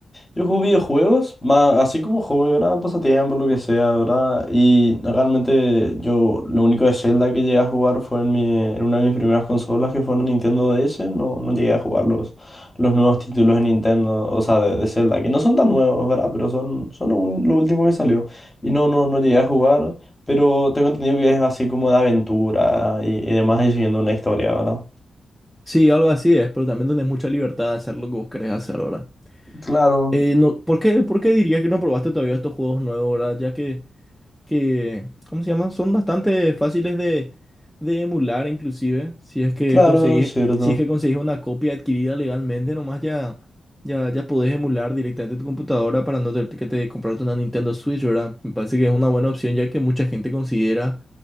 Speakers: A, on the left; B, in the centre.
A: yo juego videojuegos, más, así como hobby, ¿verdad? Pasatiempo, lo que sea, ¿verdad? Y realmente yo lo único de Zelda que llegué a jugar fue en mi, en una de mis primeras consolas que fue en Nintendo DS, no, no llegué a jugar los, los nuevos títulos de Nintendo, o sea, de, de Zelda, que no son tan nuevos, ¿verdad? Pero son, son lo, un- lo último que salió. Y no, no, no llegué a jugar, pero tengo entendido que es así como de aventura y, y demás, y siguiendo una historia, ¿verdad?
B: Sí, algo así es, pero también tenés mucha libertad de hacer lo que vos querés hacer, ¿verdad?
A: Claro,
B: Eh, no, ¿por qué, por qué dirías que no probaste todavía estos juegos nuevos, ¿verdad? Ya que, que, ¿cómo se llaman? Son bastante fáciles de, de emular, inclusive, si es que
A: Claro,
B: conseguís,
A: es cierto.
B: si es que conseguís una copia adquirida legalmente, nomás ya, ya, ya podés emular directamente tu computadora para no tener que te comprarte una Nintendo Switch, ¿verdad? Me parece que es una buena opción, ya que mucha gente considera